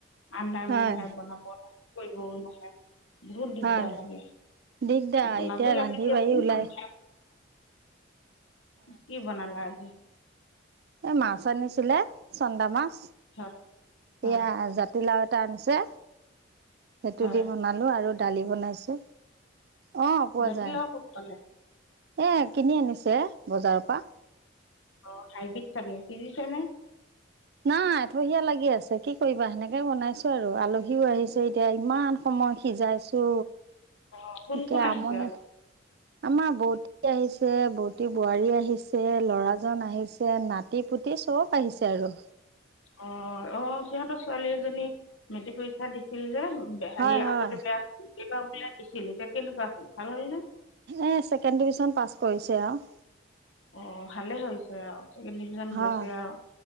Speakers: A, on the left (about 80°); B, on the right (about 55°).
A: আন্ধাৰ
B: হয়
A: মুন্ধাই বনাব কৰিবও নহয়। বহুত দিগদাৰ
B: হয়
A: লাগে।
B: দিগদাৰ
A: আকৌ
B: এতিয়া
A: লাজো
B: ৰান্ধি
A: লাগে দিয়কচোন।
B: বাঢ়ি ওলাই
A: কি বনালা আজি?
B: এ মাছ আনিছিলে, চন্দা মাছ।
A: হয় হয়
B: এয়া জাতিলাও এত টানছে, সেইটো
A: হয়
B: দি বনালো আৰু দালি বনাইছো। অ পোৱা
A: জাতি
B: যায়
A: লাও কত পালে?
B: এ কিনি আনিছে বজাৰৰ পৰা।
A: অ হাইব্ৰিড চাগে হিজিছে নে
B: নাই থহিয়া লাগি আছে কি কৰিবা সেনেকে বনাইছো আৰু আলহীও আহিছে এতিয়া ইমান সময় সিজাইছো
A: অঁ কোন
B: একে
A: কোন আহিছে
B: আমনী লাগে আমাৰ বৌ আহিছে বৌটি বোৱাৰী আহিছে ল'ৰাজন আহিছে নাট পুতি পুতি চব আহিছে আৰু
A: অ অ সিহঁতৰ ছোৱালী এজনী মেট্ৰিক পৰীক্ষা দিছিল যে সেই
B: হয় হয়
A: আগতে বেয়া হল কেইবাৰ বোলে দিছিল এতিয়া কেনেকুৱা হ'ল ভাল হ'ল নে
B: এ ছেকেণ্ড ডিভিছন পাছ কৰিছে আউ
A: অ ভালে হৈছে আৰু ছেকেণ্ড ডিভিজন
B: হয়
A: গৈছে আৰু